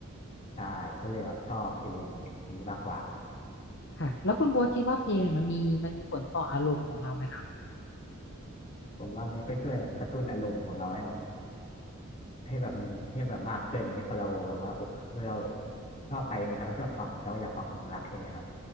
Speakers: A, on the left (about 35°); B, on the left (about 55°).
A: ใช่ก็เลยแบบชอบเพลงนี้มากกว่า
B: ค่ะแล้วคุณโบ๊ทคิดว่าเพลงเนี่ยมันมีมันมีผลต่ออารมณ์ของเราไหมคะ
A: ผมว่ามันก็ช่วยกระตุ้นอารมณ์ของเราให้แบบให้แบบมีให้แบบมากขึ้นอย่างเงี้ยพอเราแบบว่าอกพอเราชอบไปมันเราก็ชอบฟังเราก็อยากฟังเพลงรักใช่ไหมครับ